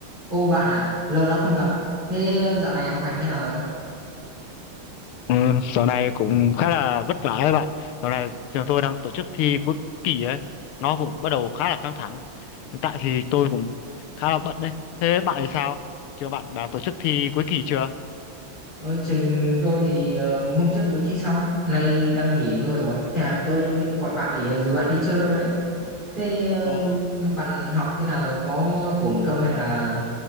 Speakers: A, on the right; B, on the left.
A: Ô bạn à, lâu lắm không gặp. Thế ờ, dạo này học hành thế nào rồi?
B: Ừ, dạo này cũng khá là vất vả ấy bạn. Dạo này trường tôi đang tổ chức thi cuối kỳ ấy, nó cũng bắt đầu khá là căng thẳng. Hiện tại thì tôi cũng khá là bận đấy. Thế bạn thì sao? Trường bạn đã tổ chức thi cuối kỳ chưa?
A: Ôi, trường tôi thì ờ, hôm trước mới thi xong, nay đang nghỉ ngơi rồi. Thế là tôi định gọi bạn để dù bạn đi chơi đâu đấy. Thế ờ,
B: Ồ,
A: bạn học thế nào rồi? Có ổn không hay là